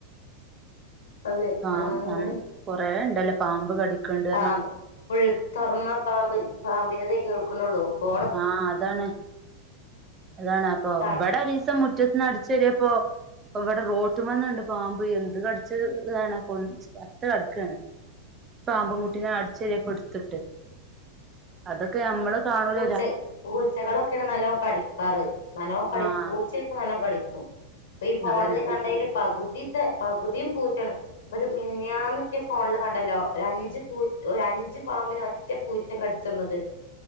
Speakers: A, on the left; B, on the right.
A: അതെ
B: പ
A: അങ്ങനെ
B: കൊറേ ഇണ്ടല്ലേ പാമ്പ് കടിക്ണ്ട്
A: പാമ്പ് ഫുൾ തുറന്നാ പാമ്പ് പാമ്പിന്റെതെ കേൾക്കുന്നുള്ളൂ പോ
B: ആഹ് അതാണ് അതാണ് അപ്പൊ
A: തണുപ്പാ
B: ഇവിടെ ഒരീസം മുറ്റത്ത് നട ചേരി പ്പൊ ഇവിടെ റോട്ട്മ്മേന്നുണ്ട് പാമ്പ് എന്ത് കടിച്ച ഇതാണ് കൊ ചത്ത് കിടക്കാ ണ്
A: <inaudible>
B: പാമ്പിൻകുട്ടിനെ അടിചേരി പ്പം എടുത്തിട്ട് അതൊക്കെ നമ്മള് കാണുല
A: ച്ച പൂച്ചകളൊക്കെയാണ് നല്ലോ കടിക്കാറ് നല്ലോവും കടിക്കും
B: ആഹ്
A: പൂച്ചയൊക്കെ നല്ലോ കടിക്കും അപ്പൊ ഈ ഫോണില്
B: അതന്നെ
A: കണ്ടേല് പകുതിത്തെ പകുതിയും പൂച്ചയാണ് ഒരു മിനിഞ്ഞാന്നത്തെ ഫോണില് കണ്ടല്ലോ ഒരു അഞ്ച് പു ഒര് അഞ്ച് പാമ്പിനെ ഒറ്റ പൂ കടിച്ചന്നത്